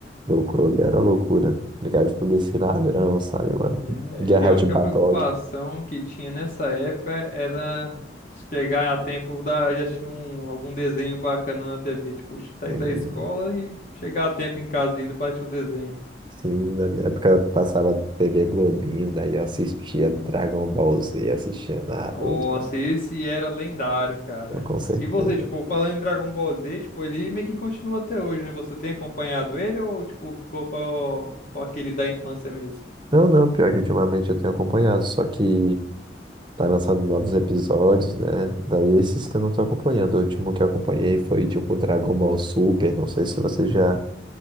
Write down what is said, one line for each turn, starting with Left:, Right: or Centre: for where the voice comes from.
Right: do clube, era loucura. Brincava de polícia e ladrão, sabe, mano?
Left: né?
Right: Guerra
Left: E a
Right: de
Left: única
Right: Badog.
Left: preocupação que tinha nessa época era chegar a tempo da já tinha um, algum desenho bacana na TV, tipo, sair
Right: E,
Left: da escola e chegar a tempo em casa ainda pra assistir o desenho.
Right: Sim, na minha época passava TV Globinho, daí eu assistia Dragon Ball Z, assistia Naruto,
Left: Nossa,
Right: assim,
Left: esse era lendário, cara.
Right: com certeza.
Left: E você, tipo, falando em Dragon Ball Z, tipo, ele meio que continua até hoje, né? Você tem acompanhado ele ou, tipo, ficou só só aquele da infância mesmo?
Right: Não, não, pior que ultimamente eu tenho acompanhado, só que tá lançando novos episódios, né? Daí esses que eu não tô acompanhando. O último que eu acompanhei foi tipo Dragon Ball Super, não sei se você já